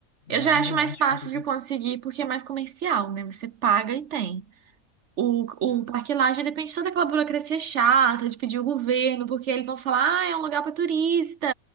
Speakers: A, on the left; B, on the right.
A: Mas
B: Eu já acho
A: eu
B: mais
A: acho
B: fácil
A: que eu tô preferindo.
B: de conseguir porque é mais comercial, né? Você paga e tem. O,
A: Tá,
B: o Parque Lage depende de toda aquela burocracia chata de pedir o governo, porque eles vão falar, ah, é um lugar para turista.